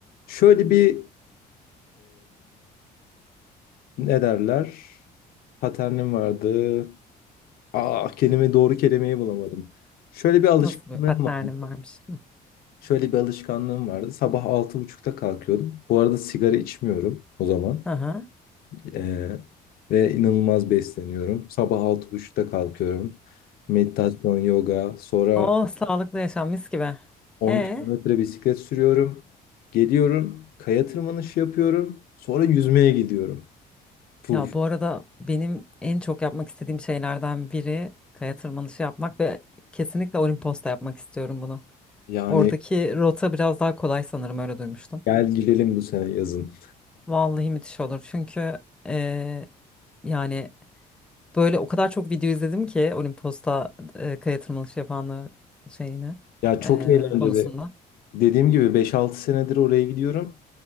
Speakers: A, on the left; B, in the centre.
A: Şöyle bir Ne derler? Paternim vardı. Aa, kelime doğru kelimeyi bulamadım. Şöyle bir alışkanlığım
B: Nasıl bir paternim
A: vardı.
B: varmış.
A: Şöyle bir alışkanlığım vardı. Sabah altı buçukta kalkıyordum. Bu arada sigara içmiyorum o zaman.
B: Aha.
A: Ee, ve inanılmaz besleniyorum. Sabah altı buçukta kalkıyorum. Meditasyon, yoga. Sonra
B: Oh sağlıklı yaşam mis gibi.
A: on
B: E
A: kilometre bisiklet sürüyorum. Geliyorum. Kaya tırmanışı yapıyorum. Sonra yüzmeye gidiyorum. Puf.
B: ya bu arada benim en çok yapmak istediğim şeylerden biri kaya tırmanışı yapmak ve kesinlikle Olimpos'ta yapmak istiyorum bunu.
A: Yani
B: Oradaki rota biraz daha kolay sanırım öyle duymuştum.
A: gel gidelim bu sene yazın.
B: Vallahi müthiş olur çünkü e, yani Böyle o kadar çok video izledim ki Olimpos'ta e, kaya tırmanışı yapanlar şeyini
A: Ya çok
B: e,
A: eğlenceli.
B: konusunda.
A: Dediğim gibi beş altı senedir oraya gidiyorum.